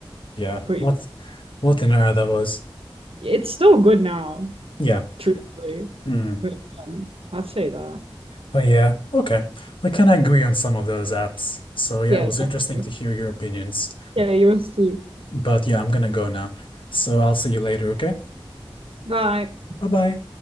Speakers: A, on the left (about 65°); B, on the right (about 85°).
A: yeah.
B: But
A: What what an era that was.
B: it's still good now.
A: Yeah.
B: truthfully.
A: Mm.
B: But yeah, I'd say that.
A: But yeah, okay. We kind of agree on some of those apps. So yeah,
B: Yeah,
A: it was interesting
B: definitely.
A: to hear your opinions.
B: Yeah, yours too.
A: But yeah, I'm gonna go now. So I'll see you later, okay?
B: Bye.
A: Bye bye.